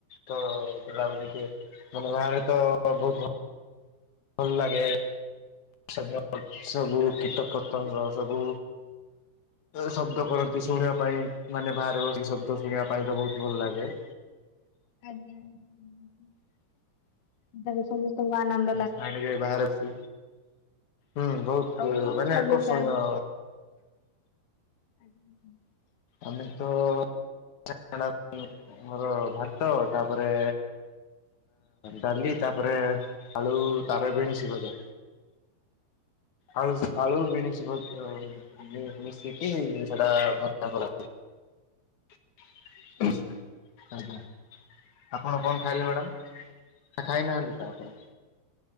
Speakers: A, on the left (about 55°); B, on the left (about 70°).
A: ତ ବୁଲାବୁଲି ଟିକେ ମାନେ ବାହାରେ ତ ବହୁତ ଭଲ। ଭଲ ଲାଗେ ସବୁ ସବୁ କୀଟ ପତଙ୍ଗ ସବୁ। ଶବ୍ଦ କରନ୍ତି ଶୁଣିବା ପାଇଁ ମାନେ ବାହାରେ ବସିକି ଶବ୍ଦ ଶୁଣିବା ପାଇଁ ତ ବହୁତ ଭଲ ଲାଗେ।
B: ଆଞା। <unintelligible> ଭମା ନନ୍
A: ଖାଇଲେ ଟିକେ ବାହାରେ ବୁଲି ହୁଁ ବହୁତ
B: ଆଉ କଣ
A: ମାନେ
B: ଖାଇଲେ
A: ଆକର୍ଷଣୀୟ
B: ସାର୍? <unintelligible>
A: ଆମେ ତ <unintelligible> ଆମର ଭାତ ତାପରେ ଡାଲି ତାପରେ ଆଳୁ ତାର ବିଣଶୀ ଭଜା। ଆଳୁ ଆଳୁ ବିନିସ୍ ଭ ମିଶିକି ସେଟା ଭ ଆଜ୍ଞା ଆପଣ କଣ ଖାଇଲେ ମ୍ୟାଡମ୍? ନା ଖାଇନାହାନ୍ତି ତ ଆପଣ?